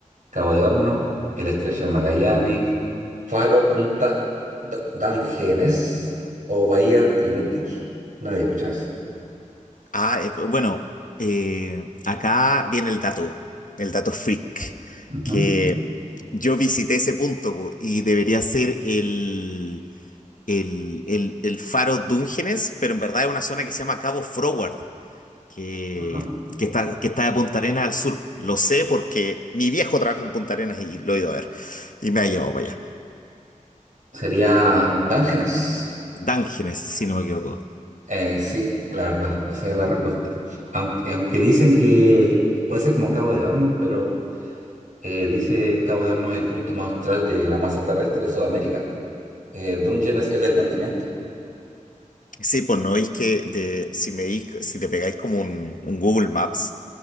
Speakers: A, on the right (about 70°); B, on the left (about 80°).
A: Cabo de Horno, el Estrecho de Magallanes, Faro, Punta D- Dangenes o Bahía Inútil. No había escuchado eso.
B: Ah, eh, bueno, eh, acá viene el dato, el dato freak,
A: Ujú,
B: que yo visité ese punto po, y debería ser el, el, el, el faro Dungeness, pero en verdad es una zona que se llama Cabo Froward, que,
A: ajá.
B: que está, que está de Punta Arenas al sur. Lo sé porque mi viejo trabaja en Punta Arenas y lo he ido a ver y me ha llevado para allá.
A: Sería Dangenes.
B: Dungeness, si no me equivoco.
A: Eh, sí, la verdad, esa es la respuesta. Aunque, aunque dicen que puede ser como Cabo de Hornos, pero eh, dice Cabo de Hornos es el punto más austral de la masa terrestre de Sudamérica. Eh, Dungeness es del continente.
B: Sí, pues no veis que de, si me dis- si te pegáis como un, un Google Maps,